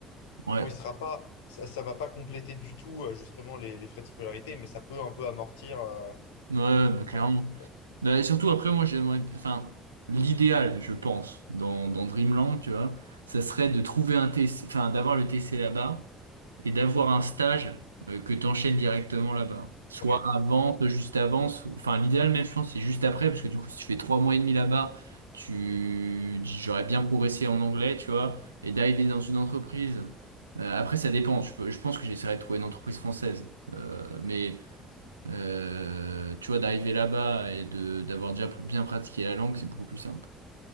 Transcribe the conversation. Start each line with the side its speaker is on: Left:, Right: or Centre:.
Right: Ouais,
Left: Bon, il sera pas, ça, ça va pas compléter du tout euh, justement les, les frais de scolarité, mais ça peut un peu amortir. euh,
Right: ouais, bah, clairement.
Left: amortir, ouais.
Right: Bah, Et surtout après, moi j'aimerais, enfin, l'idéal, je pense, dans, dans Dreamland, tu vois, ça serait de trouver un TC, enfin, d'avoir le TC là-bas et d'avoir un stage euh, que tu enchaînes directement là-bas. Soit
Left: Ouais,
Right: avant, soit juste avant, sou- enfin l'idéal même je pense c'est juste après, parce que du coup si tu fais trois mois et demi là-bas, tu j'aurais bien progressé en anglais, tu vois, et d'arriver dans une entreprise. euh, après ça dépend, je, peux- je pense que j'essaierai de trouver une entreprise française. Euh, mais euh, tu vois, d'arriver là-bas et de d'avoir déjà bien pratiqué la langue, c'est beaucoup plus simple.